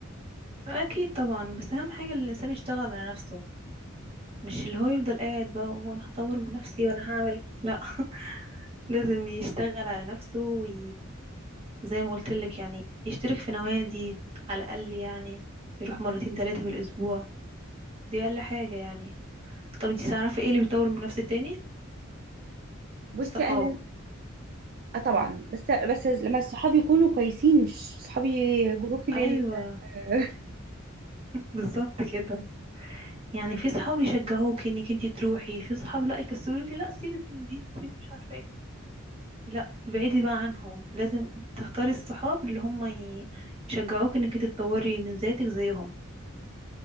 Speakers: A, on the right; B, on the right.
A: اكيد طبعا بس اهم حاجة ان الانسان يشتغل على نفسه مش اللي هو يفضل قاعد بقى وانا هطور من نفسي وانا هعمل لا لازم يشتغل على نفسه وي... زي ما قلت لك يعني يشترك في نوادي على الأقل يعني يروح مرتين ثلاثة في الأسبوع دي أقل حاجة يعني طب انتي تعرفي ايه اللي بيطور من نفس التاني
B: بصي
A: الصحاب
B: انا اه طبعا بس بس لما الصحاب يكونوا كويسين مش صحابي جروبي لل
A: ايوه
B: <laughs>
A: بالظبط كده يعني في صحاب يشجعوك انك انتي تروحي في صحاب لا يكسلوكي لا سيبك من دي سيبك مش عارفه ايه لا بعيدي بقى عنهم لازم تختاري الصحاب اللي هم ي- يشجعوك انك انتي تطوري من ذاتك زيهم